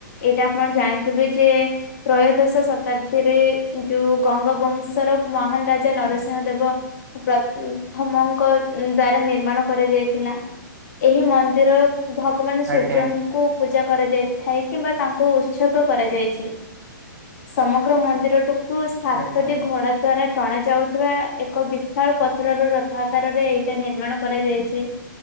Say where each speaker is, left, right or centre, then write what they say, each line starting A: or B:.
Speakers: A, on the left; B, on the right.
A: ଏଇଟା ଆପଣ ଜାଣିଥିବେ। ଯେ ତ୍ରୟୋଦଶ ଶତାବ୍ଦୀରେ ଯୋଉ ଗଙ୍ଗବଂଶର ମହାନ ରା ଯେ ନରସିଂହ ଦେବ ପ୍ରଥମଙ୍କ ଦ୍ଵାରା ନିର୍ମାଣ କରାଯାଇଥିଲା। ଏହି ମନ୍ଦିର ଭଗବାନ ସୂର୍ଯ୍ୟଙ୍କୁ
B: ଆଜ୍ଞା ଆଜ୍ଞା
A: ପୂଜା କରାଯାଇଥାଏ କିମ୍ବା ତାଙ୍କୁ ଉତ୍ସର୍ଗ କରାଯାଇଚି। ସମଗ୍ର ମନ୍ଦିରଠୁ କୁ ସାତଟି
B: ଆଜ୍ଞା ଆଜ୍ଞା ଆଜ୍ଞା
A: ଘୋଡା ଦ୍ଵାରା ଟଣା ଯା ଯାଉଥିବା ଏକ ବିଶାଳ ପଥରର ରଥ ଆକାରରେ ଏଇଟା ନିର୍ମାଣ କରାଯାଇଚି।